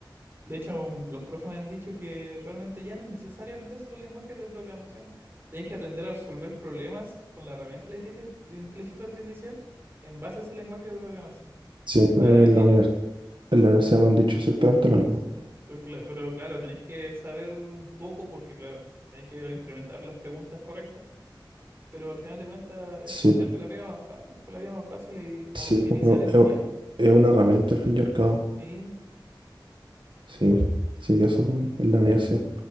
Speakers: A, on the right; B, on the right.
A: De hecho, los profes me han dicho que realmente ya no es necesario aprenderse los lenguajes de programación. Tenés que aprender a resolver problemas con la herramienta de la inteligen- de inteligencia artificial en base a ese lenguaje de programación.
B: Sí,
A: Claramente
B: a mí en la univers- en la universidad me han dicho exactamente lo
A: Sí,
B: mismo.
A: pero, cla- pero claro, tenéis que saber un poco porque, claro, tenéis que implementar las preguntas correctas. Pero al final de cuentas
B: Sí,
A: es para hacerte la pega más fácil, por la vida más fácil y como
B: sí,
A: optimizar
B: pues, bueno,
A: el
B: es,
A: tiempo.
B: es una herramienta al fin y al cabo.
A: Sí,
B: Sí, sí, eso es un- en la universidad.